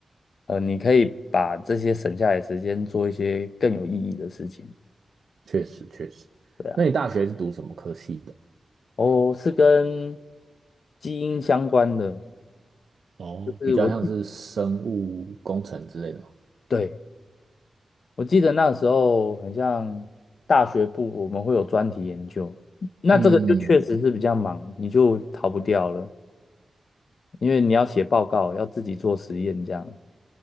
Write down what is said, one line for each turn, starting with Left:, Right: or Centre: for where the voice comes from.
Left: 呃，你可以把这些省下来的时间做一些更有意义的事情，
Right: 确实确实。
Left: 对啊，
Right: 那你大学是读什么科系的？
Left: 哦，是跟基因相关的。
Right: 哦，
Left: 就是我记
Right: 比较像是生物工程之类的吗？
Left: 对，我记得那时候很像大学部，我们会有专题研究，那这个就确实是比较忙，
Right: 嗯，
Left: 你就逃不掉了，因为你要写报告，要自己做实验，这样，